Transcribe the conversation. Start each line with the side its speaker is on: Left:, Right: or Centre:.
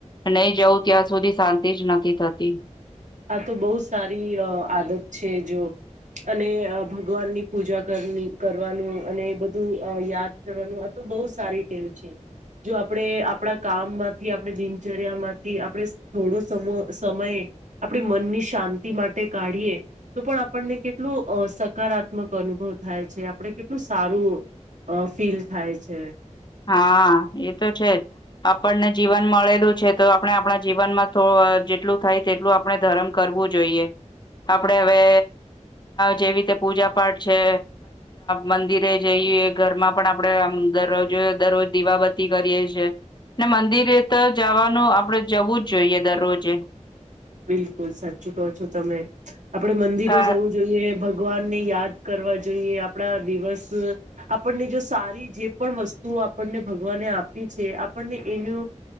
Left: નહી જવું ત્યાં સુધી શાંતિ જ નથી થતી.
Right: આ તો બહુ સારી આદત છે જો અને ભગવાનની પૂજા કરવાનું અને બધું યાદ કરવાનું આ તો બહુ સારી ટેવ છે જો આપણે આપણા કામમાંથી આપણે દિનચર્યા માંથી આપણે થોડો ગણો સમ સમયે આપણી મનની શાંતિ માટે કાઢીએ તો પણ આપણને કેટલું સકારાત્મક અનુભવ થાય છે આપણે કેટલું સારું ફીલ થાય છે.
Left: હા એ તો છે જ આપણને જીવન મળેલું છે તો આપણે આપણા જીવનમાં થ જેટલું થાય તેટલું આપણે ધર્મ કરવું જોઈએ આપડે હવે જેવી રીતે પૂજા પાઠ છે મંદિરે જઈએ ઘરમાં પણ આપણે દરરોજ દરરોજ દીવાબતી કરીએ છીએ મંદિરે તો જવાનું આપડે જવું જ જોઈએ દરરોજે.
Right: બિલકુલ સાચું કહો છો તમે. આપડે મંદિરે
Left: કા
Right: જવું જોઈએ ભ ભગવાનને યાદ કરવા જોઈએ. આપણા દિવસ આપણને જો સારી જે પણ વસ્તુઓ આપણને ભગવાને આપી છે આપણને એનું